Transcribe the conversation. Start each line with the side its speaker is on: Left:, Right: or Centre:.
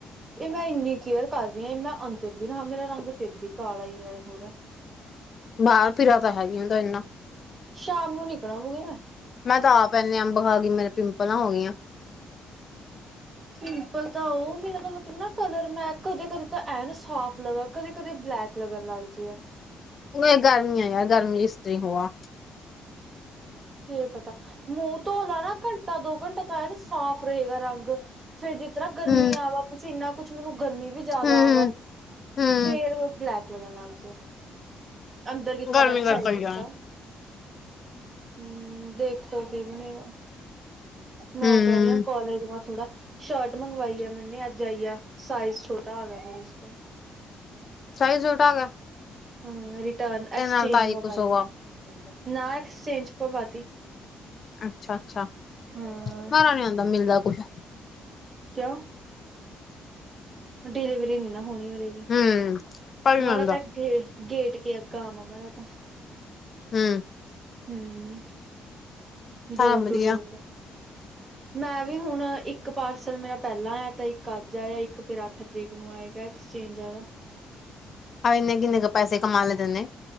Right: ਇਹ ਮੈਂ ਇੰਨੀ ਕੇਅਰ ਕਰ ਰਹੀ ਹਾਂ, ਇਹ ਮੈਂ ਅੰਦਰ ਵੀ ਰਹਾ, ਮੇਰਾ ਰੰਗ ਫਿਰ ਵੀ ਕਾਲਾ ਹੀ ਰਿਹਾ ਹੋ।
Left: ਬਾਹਰ ਫਿਰਾ ਤਾਂ ਹੈਗੀ ਹੁੰਦਾ ਇੰਨਾ
Right: ਸ਼ਾਮ ਨੂੰ ਨਿਕਲਵਗੇ ਮੈਂ,
Left: ਮੈਂ ਤਾਂ ਆ ਪੈਂਨੇ ਅੰਬ ਖਾ ਗਈ, ਮੇਰੇ ਪਿੰਪਲਾਂ ਹੋ ਗਈਆਂ।
Right: ਪ ਸਿੰਪਲ ਤਾਂ ਉਹ ਮੇਰਾ ਤਾਂ ਮਤਲਬ, ਨਾ ਕਲਰ ਮੈਂ ਕਦੇ-ਕਦੇ ਤਾਂ ਐ ਨਾ ਸਾਫ਼ ਲਗਾ। ਕਦੇ-ਕਦੇ ਬਲੈਕ ਲੱਗਣ ਲੱਗ ਜੇ ਆ।
Left: ਹੂੰ, ਗਰਮੀਆਂ ਯਾਰ ਗਰਮੀ ਇਸ ਤਰੀ ਹੋਆ।
Right: ਕੀ ਪਤਾ ਮੂੰਹ ਧੋਲਾ ਨਾ ਘੰਟਾ ਦੋ ਘੰਟਾ ਤਾਂ ਇਹਨਾ ਸਾਫ਼ ਰਹੇਗਾ ਰੰਗ, ਫੇਰ ਜਿਸ ਤਰ੍ਹਾਂ ਗਰਮੀ
Left: ਹੂੰ
Right: ਆ ਵ ਇੰਨਾ ਕੁਛ ਮੈਨੂੰ ਗਰਮੀ ਵੀ ਜਿਆਦਾ
Left: ਹੂੰ
Right: ਆ ਵਾ,
Left: ਹੂੰ
Right: ਫੇਰ ਬਲੈਕ ਲੱਗਣ ਲੱਗ ਜਾ ਅੰਦਰ ਕਿੱਥਾ
Left: ਗਰਮੀ
Right: ਬੈਠਾ
Left: ਕਰ ਕਰ
Right: ਟਿਕ
Left: ਜਾਣ
Right: ਕਾ ਹੂੰ, ਦੇਖੋ ਕਿ ਬਣੇਗਾ, ਮੈਂ
Left: ਹੂੰ
Right: ਕਹਿ ਰਹੀ ਹਾਂ ਕੋਲੇਜ ਵਾ ਥੋੜਾ ਸ਼ਰਟ ਮੰਗਵਾਈ, ਆ ਮੈਨੇ ਅੱਜ ਆਈ ਆ ਸਾਈਜ਼ ਛੋਟਾ ਆ ਗਿਆ ਫੇਰ ਤੋਂ
Left: ਸਾਈਜ਼ ਛੋਟਾ ਆ ਗਿਆ।
Right: ਹੂੰ, ਰਿਟਰਨ
Left: ਤੇ
Right: ਐਕਸਚੇਂਜ
Left: ਨਾਲ ਤਾਜ਼ੀ
Right: ਮੈ
Left: ਕੁਛ
Right: ਪਾਈ
Left: ਹੋਆ
Right: ਨਾ ਐਕਸਚੇਂਜ ਪਾਤੀ।
Left: ਅੱਛਾ-ਅੱਛਾ,
Right: ਹਾਂ
Left: ਮਾਰਾ ਨੀ ਆਦਾ ਮਿਲਦਾ ਕੁੱਛ
Right: ਕਿਉਂ? ਡਿਲੀਵਰੀ ਨੀ ਨਾ ਹੋਣੀ ਹੋਵੇਗੀ
Left: ਹੂੰ
Right: <unintelligible>
Left: ਪਰ ਨੀ ਆਉਂਦਾ
Right: ਤਾਂ ਗੇਟ ਕੇ ਆ ਗਾਵ ਆ ਮਾਰਾ ਤਾਂ।
Left: ਹੂੰ,
Right: ਹੂੰ
Left: ਸਾਰਾ
Right: ਡੋਰ
Left: ਵਧੀਆ
Right: ਟੂ ਡੋਰ ਤਾਂ ਮੈਂ ਵੀ ਹੁਣ ਇੱਕ ਪਾਰਸਲ ਮੇਰਾ ਪਹਿਲਾਂ ਆ, ਤੇ ਇੱਕ ਆਜ ਆ ਇੱਕ ਫਿਰ ਅੱਠ ਤਰੀਕ ਨੂੰ ਆਏਗਾ, ਐਕਸਚੇਂਜ ਆ
Left: ਹਾਂ ਇੰਨੇ ਕਿੰਨੇ ਕੁ ਪੈੇ ਕਮਾ ਲੈ ਤੇਨੇ।